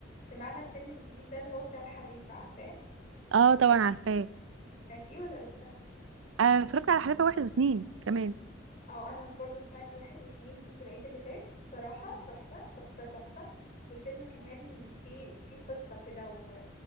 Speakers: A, on the left; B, on the right.
A: سمعنا الفيلم الجديد ده اللي هو بتاع الحريفة عارفاه؟
B: اه طبعا عارفاه
A: سمعتيه ولا لسه؟
B: آه، اتفرجت على حلقه واحد واتنين كمان
A: اه انا برضو سمعت واحد واتنين في العيد اللي فات بصراحة تحفة تحفة تحفة والفيلم كمان فيه فيه قصة كده و...